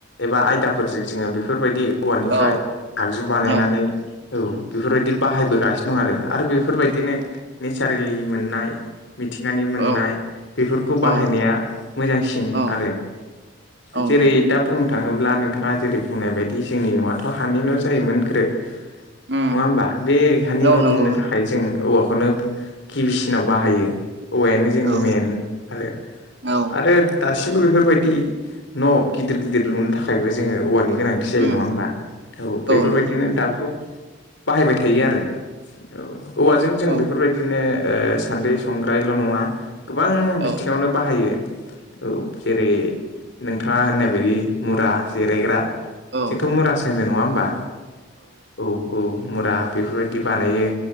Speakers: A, on the left; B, on the right.
A: एबा आयदाफोरजों जोङो बेफोरबायदि औवानिफ्राय
B: औ
A: आगजु बानायनानै
B: औ
A: औ बेफोरबायदि बाहायबोगासिनो दं आरो आरो बेफोरबायदिनो नेसारेलि मोननाय मिथिंगानि मोननाय
B: औ
A: बेफोरखौ बाहायनाया
B: औ
A: मोजांसि न
B: औ
A: आरो
B: औ
A: जेरै
B: नंगौ
A: दा बुं नो थाङोब्ला नोंथाङा जेरै बुंनाय बायदि जोंनि न'आथ' हानि न' जायोमोन ग्रो
B: उम
A: नङा होमबा बे हानि
B: औ
A: न'
B: नंगौ
A: लुनो थाखाय जों औवाखौनो गिबिसिनाव बाहायो औवायानो जोंनि
B: औ
A: मेन आरो
B: औ
A: आरो दासिमबो बेफोरबायदि न' गिदिर गिदिर लुनो थाखायबो जोङो औवानि गोनां <unintelligible> जायो
B: उम
A: नङा होमबा औ बेफोरबायदिनो
B: नंगौ नोंथां
A: दाबो बानायबाय थायो आरो औ औवाजों जों
B: औ
A: बेफोरबायदिनो सान्द्रि संग्रायल' नङा गोबां
B: औ
A: बिथिङावनो बाहायो औ जेरै नोंथाङा होननाय बायदि मुरा जिरायग्रा
B: औ
A: जोंथ' मुरो होनो नङा होमबा औ औ मुरा बेफोरबायदि बानायो।